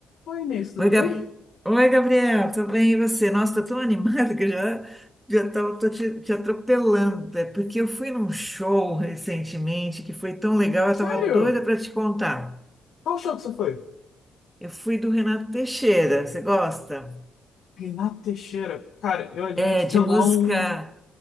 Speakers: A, on the left (about 70°); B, in the centre.
A: Oi, Inês, tudo
B: Oi, Gab...
A: bem?
B: Oi, Gabriel, tudo bem? E você? Nossa, tô tão animada que eu já, já tava, tô te, te atropelando. É porque eu fui num show recentemente que foi tão legal,
A: Sério?
B: eu tava doida para te contar.
A: Qual show que você foi?
B: Eu fui do Renato Teixeira, você gosta?
A: Renato Teixeira. Cara, eu admito
B: É, de
A: que eu
B: música,
A: não.